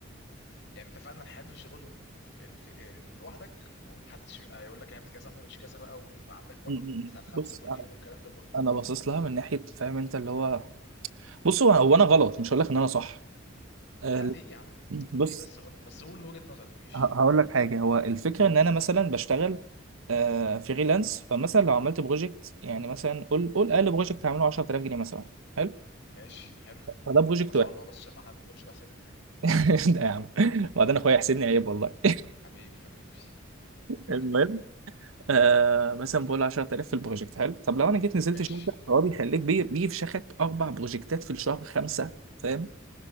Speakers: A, on the left; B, on the right.
A: يعني انت فعلا حابب شغل الف... الف... لوحدك ومحدش يبقى يقول لك اعمل كذا وما تعملش كذا بقى وعندك وقت
B: م- م-
A: من 9
B: م.
A: ل 5
B: بص
A: كل
B: انا
A: يوم والكلام ده كله
B: أنا باصص لها من ناحيه فاهم انت اللي هو بص هو هو انا غلط مش هقول لك ان انا صح آه،
A: لا ليه يا عم
B: بص
A: ليه بس غلط بس قول وجهة نظرك ماشي
B: ه- هقول لك حاجه هو الفكره ان انا مثلا بشتغل آه، فريلانس فمثلا لو عملت بروجكت يعني مثلا قول قول اقل بروجكت هعمله 10000 جنيه مثلا حلو
A: ماشي حلو
B: فده بروجكت
A: ما شاء
B: واحد
A: الله بس عشان ما حد ما تقولش بحسدك يعني
B: <laughs> ده يا عم وبعدين اخويا يحسدني عيب والله <laughs>
A: حبيبي حبيبي <laughs>
B: المهم آه مثلا بقول له 10000 في البروجكت حلو طب لو انا جيت نزلت
A: ماشي
B: شركه فهو بيخليك بي- بيفشخك اربع بروجكتات في الشهر خمسه فاهم